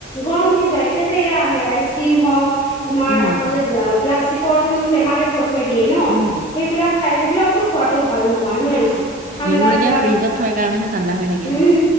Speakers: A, on the left (about 25°); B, on the right (about 40°).
A: গৰম। এতিয়া যে এয়া আইচ ক্ৰীম হওক তোমাৰ
B: উম
A: আকৌ যে প্লাষ্টিকৰ তো টেমাতে থ থৈ দিয়ে ন
B: উম
A: সেইবিলাক খাই সেইবিলাকতো খোৱাটো ভাল নহয় হয়নে নহয়। ঠাণ্ডা
B: সেইবোৰ এতিয়া
A: বিলাক
B: ফ্ৰিজত থয় কাৰণেহে ঠাণ্ডা হৈ থাকে
A: উম,